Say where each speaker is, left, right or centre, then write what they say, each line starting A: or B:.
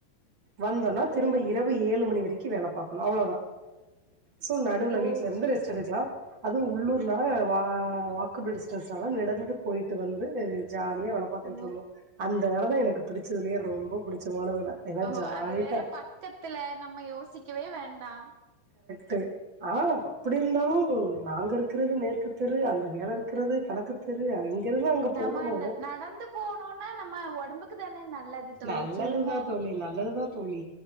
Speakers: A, on the right; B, on the right.
A: வந்தொனா திரும்ப
B: ஓ
A: இரவு ஏழு மணி வரைக்கு வேல பாக்கணு அவ்ளதா சோ நடுவுல
B: ஓ
A: வீட்ல இருந்து
B: செரி
A: ரெஸ்ட்
B: செரி
A: எடுக்லா அதுவு உள்ளூர்னால வா வாக்கபிள் டிஸ்டன்ஸ்னால நடந்து போய்ட்டு வந்து ஜாலியா வேல பாத்துட்ருந்தோ
B: ஓ
A: அந்த வேல தா எனக்கு பிடிச்சதுலயே ரொம்ப பிடிச்சமான வேல ஏன்னா
B: ஓஹோ
A: ஜாலியா
B: அது வேற பக்கத்துல நம்ம யோசிக்கவே வேண்டாம்
A: டு ஆ அப்படி இருந்தாலு நாங்க இருக்றது மேற்கு தெரு அந்த வேல இருக்றது கணக்கு தெரு இருந்து அங்க
B: நம்ம
A: போகணு
B: ந நடந்து போனோனா நம்ம ஒடம்புக்கு தானே நல்லது தோழி
A: நல்லதுதா
B: சொல்லுங்க
A: தோழி நல்லதுதா தோழி